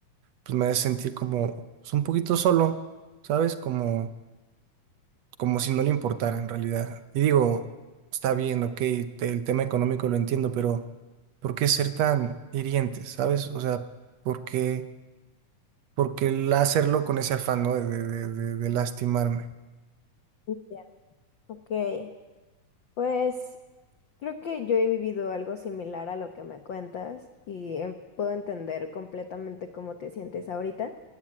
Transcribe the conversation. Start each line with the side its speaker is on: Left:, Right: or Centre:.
Right: pues me hace sentir como pues, un poquito solo, ¿sabes? Como como si no le importara en realidad. Y digo, está bien, ok, te- el tema económico lo entiendo, pero ¿por qué ser tan hirientes, sabes? O sea, ¿por qué, por qué el hacerlo con ese afán, ¿no? De, de, de, de- de lastimarme.
Left: ya, ok. Pues creo que yo he vivido algo similar a lo que me cuentas y em- puedo entender completamente cómo te sientes ahorita.